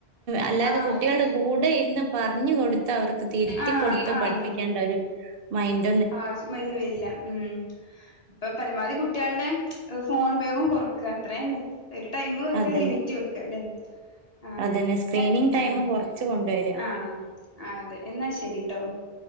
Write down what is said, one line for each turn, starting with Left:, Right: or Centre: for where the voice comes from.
Right: അല്ലാതെ
Left: ആഹ്
Right: കുട്ടികളുടെ
Left: അതന്നെ
Right: കൂടെ ഇരുന്ന് പറഞ്ഞു കൊടു ത്ത് അവർക്ക് തിരുത്തി
Left: ആഹ്
Right: കൊടുത്ത്
Left: ആഹ്
Right: പഠിപ്പിക്കേണ്ട ഒരു മൈൻഡ്
Left: <unintelligible> ഉം ഇപ്പൊ പരമാവധി കുട്ടികള്ടെ ഫോൺ ഉപയോഗം കൊറക്കുക അത്ര തന്നെ ഒരു ടൈം വെക്കാ
Right: അതന്നെ
Left: ലിമിറ്റ് വെക്കാ അല്ലെ ആഹ്
Right: അതന്നെ
Left: ഓക്കെ
Right: സ്ക്രീനിങ് ടൈമ്
Left: ആഹ്
Right: കൊറച്ച് കൊണ്ടുവരിക
Left: ആഹ് ആഹ് അതെ എന്നാ ശരിട്ടോ